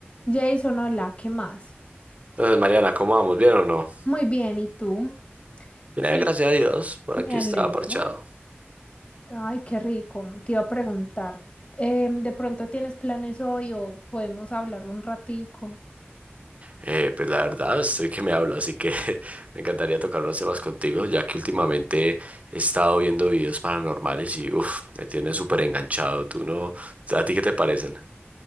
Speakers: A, on the left; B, on the right.
A: Jason, hola, ¿qué más?
B: Entonces, Mariana, ¿cómo vamos? ¿Bien o no?
A: Muy bien, ¿y tú?
B: Bien,
A: Sí,
B: gracias a Dios, por
A: me
B: aquí
A: alegro.
B: estaba parchado.
A: Ay, qué rico. Te iba a preguntar, em, ¿de pronto tienes planes hoy o podemos hablar un ratico?
B: Eh, pues la verdad, estoy que me hablo, así que <laughs> me encantaría tocar unos temas contigo, ya que últimamente he estado viendo videos paranormales y uff, me tienes súper enganchado. ¿Tú no? ¿A ti qué te parecen?